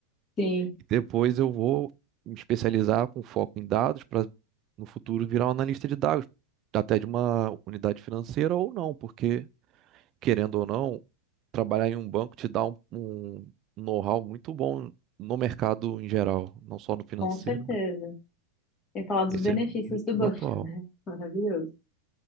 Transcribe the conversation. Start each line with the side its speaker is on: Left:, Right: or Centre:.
Left: Sim,
Right: E depois eu vou me especializar com foco em dados para, no futuro, virar um analista de dados, até de uma unidade financeira ou não, porque, querendo ou não, trabalhar em um banco te dá um, um know-how muito bom no mercado em geral, não só no financeiro.
Left: Com certeza. Tem que falar dos
Right: Esse
Left: benefícios
Right: é o objetivo
Left: do banco,
Right: atual.
Left: né? Maravilhoso.